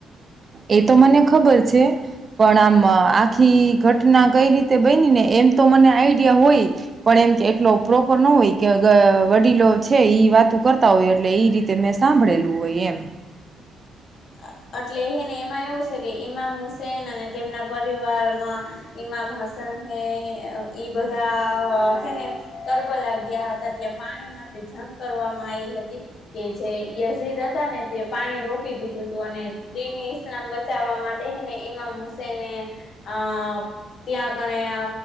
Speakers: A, on the right; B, on the left.
A: એ તો મને ખબર છે પણ આમ આખી ઘટના કઈ રીતે બાંયની ને એમ તો મને આઈડિયા હોય પણ એમ એટલો પ્રોપર ન હોય કે ગ વડીલો છે ઈ વાતો કરતા હોય એટલે ઈ રીતે મેં સાંભળેલું હોય એમ.
B: અ આટલે હે ને એમાં એવું છે કે ઈમામ હુસેન અને તેમના પરિવારમાં ઈમામ હસન હે ઈ બધા હ હે ને કરબલા ગીયા હતા ત્યાં પાણી માટે જંગ કરવામાં આયી હતી કે જે યઝીદ હતા ને તે પાણી રોકી દી દીધું હતું અને દિન ઈસ્લામ બચાવવા માટે હેને ઈમામ હુસેને અ ત્યાં ગણે અ